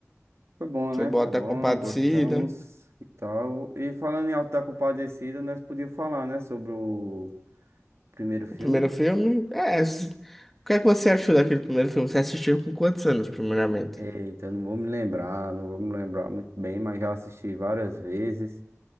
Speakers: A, on the right (about 60°); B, in the centre.
A: foi bom,
B: Você
A: né?
B: bota
A: Foi bom,
B: compartilha,
A: gostamos e tal. E falando em Auto da Compadecida, nós podíamos falar, né, sobre o primeiro filme.
B: o primeiro filme? É, s- o que é que você achou daquele primeiro filme? Você assistiu com quantos anos, primeiramente?
A: Eita, não vou me lembrar, não vou me lembrar muito bem, mas já assisti várias vezes.